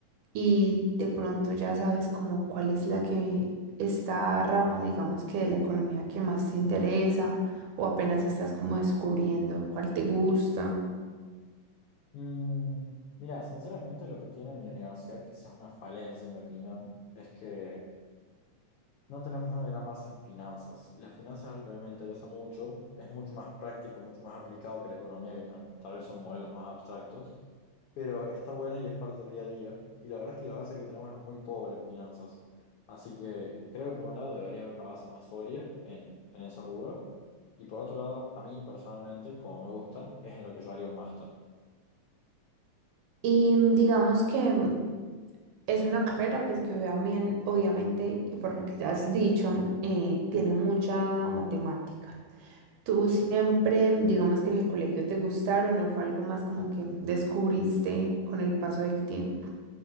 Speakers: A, on the right; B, on the left.
A: y de pronto ya sabes como cuál es la que, esta rama, digamos que de la economía que más te interesa o apenas estás como descubriendo cuál te gusta.
B: Mm, mira, sinceramente lo que tiene mi universidad, que sea una falencia en mi opinión, es que no tenemos una gran base en finanzas. Y las finanzas es algo que a mí me interesa mucho, es mucho más práctico, mucho más aplicado que la economía, que tal, tal vez son modelos más abstractos, pero está buena y es parte del día a día. Y la verdad es que la base que tenemos es muy pobre en finanzas. Así que creo que por un lado debería haber una base más sólida en, en ese rubro. Y por otro lado, a mí personalmente, como me gusta, es en lo que yo haría un máster.
A: Y mm, digamos que mm, Es una carrera pues que obviamente, obviamente y por lo que ya has dicho, eh, tiene mucha matemática. ¿Tú
B: Sí.
A: siempre, digamos que en el colegio te gustaron o fue algo más como que descubriste con el paso del tiempo?